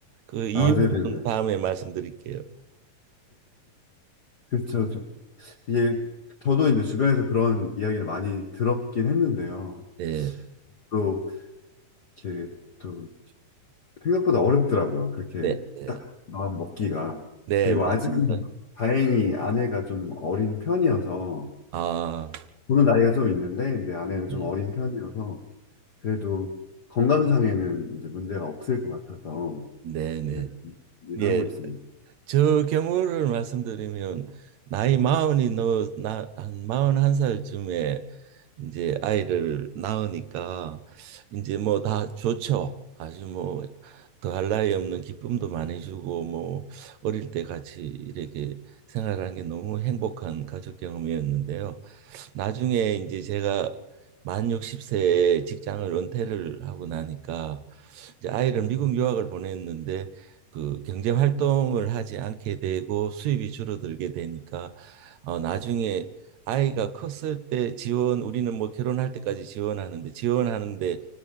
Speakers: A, on the right (about 70°); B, on the left (about 55°).
A: 그 이유는
B: 아, 네네네.
A: 다음에 말씀드릴게요.
B: 그렇죠. 이게 저도 이제 주변에서 그런 이야기를 많이 들었긴 했는데요.
A: 네,
B: 또 이렇게 또 생각보다 어렵더라고요. 그렇게
A: 네, 네,
B: 딱 마음 먹기가.
A: 네,
B: 그리고
A: 맞습니다.
B: 아직은 다행히 아내가 좀 어린 편이어서,
A: 아,
B: 저는 나이가 좀 있는데, 이제 아내는
A: 네,
B: 좀 어린 편이어서, 그래도 건강상에는 이제 문제가 없을 것 같아서,
A: 네, 네.
B: 이렇게 일을
A: 예.
B: 하고 있습니다.
A: 저 경우를 말씀드리면 나이 마흔이 너나한 마흔한 살쯤에 이제 아이를 낳으니까 이제 뭐 다 좋죠. 아주 뭐 더할 나위 없는 기쁨도 많이 주고 뭐 어릴 때 같이 이렇게 생활한 게 너무 행복한 가족 경험이었는데요. 나중에 이제 제가 만 60세에 직장을 은퇴를 하고 나니까 이제 아이를 미국 유학을 보냈는데 그 경제 활동을 하지 않게 되고 수입이 줄어들게 되니까 어 나중에 아이가 컸을 때 지원 우리는 뭐 결혼할 때까지 지원하는데 지원하는데